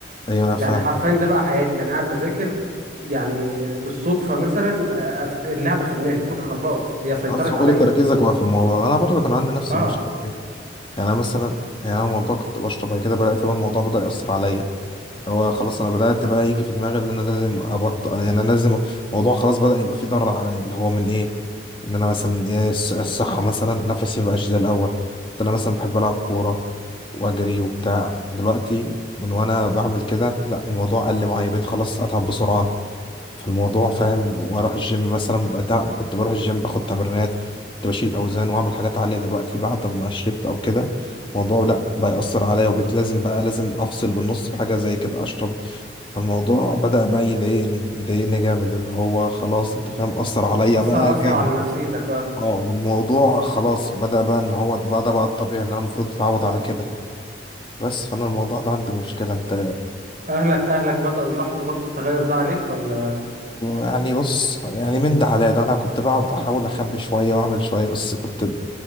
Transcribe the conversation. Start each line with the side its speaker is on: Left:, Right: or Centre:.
Left: ايوه انا فاهم
Right: يعني حرفيا ده بقى حياتي انا قاعد بذاكر يعني بالصدفه مثلا آه، أفت- اللعبه في دماغي كل خلاص هي سيطرت
Left: اصل
Right: عليا
Left: كل تركيزك بقى في الموضوع ده. انا برضو كان عندي نفس
Right: اه
Left: المشكله دي يعني أنا مثلا يعني انا الموضوع كنت بشرب بعد كده بدات بقى الموضوع بدا ياثر عليا هو خلاص انا بدأت بقى يجي في دماغي ان انا لازم ابطل يعني انا لازم الموضوع خلاص بدأ يبقى فيه ضرر عليا اللي هو من ايه ان انا مثلا ايه الص- الصحة مثلا نفسي مبقاش زي الاول كنت انا مثلا بحب العب كورة واجري وبتاع دلوقتي من وانا بعمل كده لا الموضوع قل معايا بقيت خلاص اتعب بسرعة فالموضوع فاهم واروح الجيم مثلا بتعب كنت بروح الجيم باخد تمرينات كنت بشيل اوزان واعمل حاجات عالية دلوقتي بعد ما شربت او كده الموضوع لا بيأثر عليا وبقيت لازم بقى لازم افصل بالنص بحاجة زي كده اشرب فالموضوع بدأ بقى يضايقني يضايقني جامد اللي هو خلاص انت فاهم أثر عليا
Right: اثر
Left: بقى
Right: اثر
Left: جامد
Right: على نفسيتك اه
Left: اه والموضوع خلاص بدأ بقى ان هو ده- بدأ بقى الطبيعي اللي انا المفروض اتعود على كده بس فانا الموضوع ده عندي مشكلة انت
Right: اهلك اهلك بداوا يلاحظوا برضو التغير ده عليك ولا
Left: يعني بص يعني من ده على ده انا كنت بقعد احاول اخبي شوية واعمل شوية بس كنت